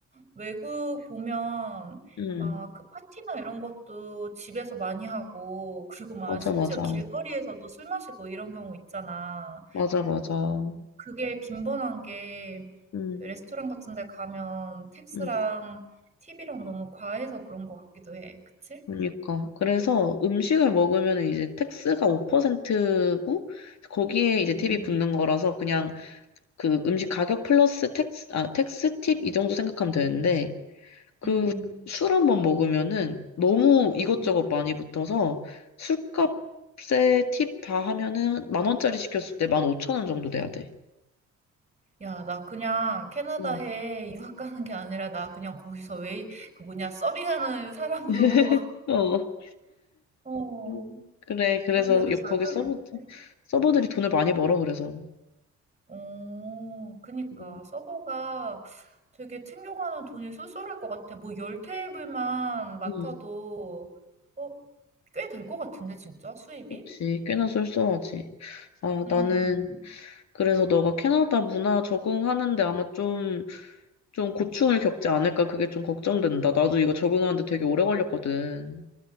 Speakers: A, on the right; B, on the left.
A: 외국 보면
B: 응,
A: 막 그 파티나 이런 것도 집에서 많이 하고, 그리고 막
B: 맞아,
A: 심지어
B: 맞아.
A: 길거리에서도 술 마시고 이런 경우 있잖아.
B: 맞아, 맞아.
A: 그게 빈번한 게
B: 응,
A: 그 레스토랑 같은 데 가면 텍스랑
B: 응.
A: 팁이랑 너무 과해서 그런 것 같기도 해. 그치?
B: 그러니까. 그래서 음식을 먹으면 이제 택스가 5%고 거기에 이제
A: 음.
B: 팁이 붙는 거라서 그냥 그 음식 가격 플러스 텍스, 아, 텍스 팁 이 정도 생각하면 되는데, 그
A: 음.
B: 술 한번 먹으면은 너무 이것저것
A: 음.
B: 많이 붙어서 술값에 팁 다 하면은 만 원짜리 시켰을 때 만 오천 원 정도 돼야 돼.
A: 야, 나 그냥 캐나다에
B: 음.
A: 유학 가는 게 아니라 나 그냥 거기서 웨이 그 뭐냐 서빙하는 사람으로
B: <laughs> 어.
A: 어.
B: 음. 그래, 그래서
A: 돈 되게
B: 여-
A: 잘
B: 거기
A: 벌겠는데?
B: 서버, 서버들이 돈을 많이 벌어, 그래서.
A: 어, 그니까
B: 음,
A: 서버가 되게 챙겨가는 돈이 쏠쏠할 것 같아. 뭐 열 테이블만 맡아도
B: 음.
A: 어, 꽤 될 것 같은데 진짜 수입이?
B: 그치. 꽤나 쏠쏠하지. 아,
A: 음,
B: 나는, 그래서 너가 캐나다 문화 적응하는데 아마 좀 좀 고충을 겪지 않을까 그게 좀 걱정된다. 나도 이거 적응하는데 되게 오래 걸렸거든.